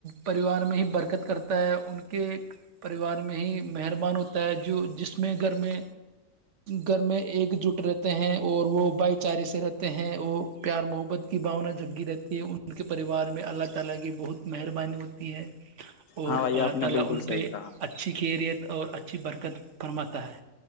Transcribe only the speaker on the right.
پرواہ نہیں برکت کرتا ہے ان کے پریوار میں ہی مہربان ہوتا ہے جو جس میں گھر میں گھر میں ایک جٹ رہتے ہیں اور وہ بھائی چارے سے رہتے ہیں وہ پیار محبت کی باؤنا جگی رہتی ہے اس پریوار میں اللہ تعالی مہربانی ہوتی ہے اور
اللہ
تعالی
ان پہ
اچھی شریعت اور اچھی برکت پسند ہے